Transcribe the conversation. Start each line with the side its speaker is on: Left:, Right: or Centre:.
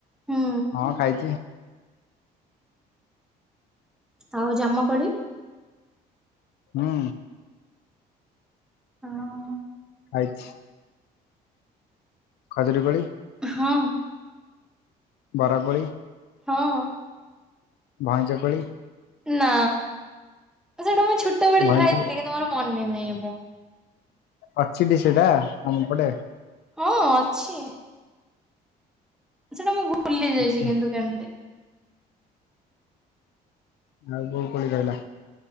Centre: ହୁଁ
Left: ହଁ ଖାଇଚି।
Centre: ଆଉ ଜାମ କୋଳି
Left: ହୁଁ
Centre: ଆଉ
Left: ଖାଇଚି ଖଜିରି କୋଳି
Centre: ହଁ
Left: ବର କୋଳି
Centre: ହଁ
Left: ଭଇଁଚ କୋଳି
Centre: ନା ସେଟା ମୁଁ ଛୋଟୋ ବେଳେ
Left: ଭଇଁଚ
Centre: ଖାଇଥିଲି କିନ୍ତୁ ମୋର ମନେ ନାହିଁ ଏବେ ଆଉ
Left: ଅଛି ଟି ସେଇଟା ଆମ ପଟେ
Centre: ହଁ ଅଛି ସେଇଟା ମୁଁ ଭୁଲି ଯାଇଚି
Left: ଆଛା
Centre: କିନ୍ତୁ କେମତି
Left: ଆଉ କୋଉ କୋଳି ରହିଲା?